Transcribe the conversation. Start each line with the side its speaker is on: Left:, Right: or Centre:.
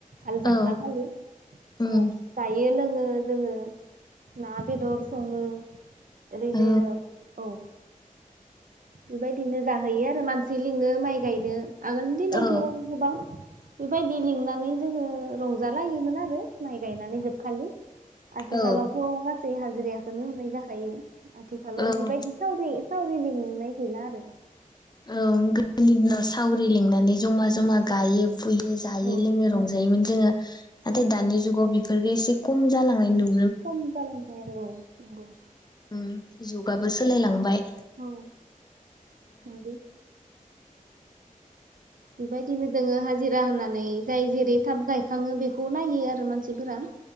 Right: हाल जांख्रा
Left: औ
Right: खालि
Left: उम
Right: औ जायो लोङो ओ जोङो ना बेदर सङो ओरैनो
Left: औ
Right: औ। बेबायदिनो जाहैयो आरो मानसि लिङो माइ गायनो आगोल दिनावथ'
Left: औ
Right: गोबां बेबायदि लिंनानै जोङो रंजालायोमोन आरो माइ गायनानै जोबखालि आथिखालावथ'
Left: औ
Right: मानसै हाजिरखौनो होनाय जाखायो। आथिखालाव
Left: औ
Right: बेबायदि सावरि सावरि लिंनाय गैला आरो।
Left: औ गोदोनि दिनाव सावरि लिंनाय मनै जमा जमा गायो फुयो जायो
Right: औ
Left: लोङो रंजायोमोन जोङो नाथाय
Right: औ
Left: दानि जुगाव बेफोरखौ एसे खम जालांनाय नुदों।
Right: खम जालांबाय आरो औ। नंगौ
Left: उम जुगाबो सोलायलांबाय।
Right: औ औ बेबायदिनो जोङो हाजि हाजिरा होनानै जाय जेरै थाब गायखाङो बेखौ नायो आरो मानसिफोरा‌।